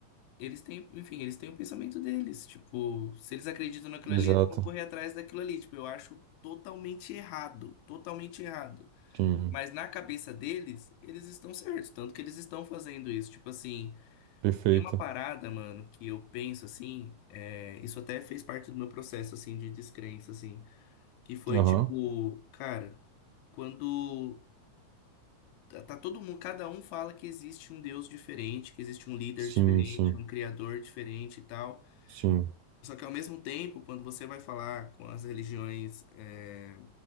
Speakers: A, on the left; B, on the right.
A: eles têm, enfim, eles têm o pensamento deles. Tipo, se eles acreditam naquilo
B: exato,
A: ali, eles vão correr atrás daquilo ali. Tipo, eu acho totalmente errado, totalmente errado.
B: sim,
A: Mas na cabeça deles, eles estão certos, tanto que eles estão fazendo isso. Tipo assim,
B: perfeito,
A: tem uma parada, mano, que eu penso assim, é, isso até fez parte do meu processo assim de descrença assim, que foi
B: aham,
A: tipo, cara, quando tá tá todo mundo, cada um fala que existe um Deus diferente, que existe um líder
B: Sim,
A: diferente,
B: sim,
A: um criador diferente e tal.
B: sim,
A: Só que ao mesmo tempo, quando você vai falar com as religiões é,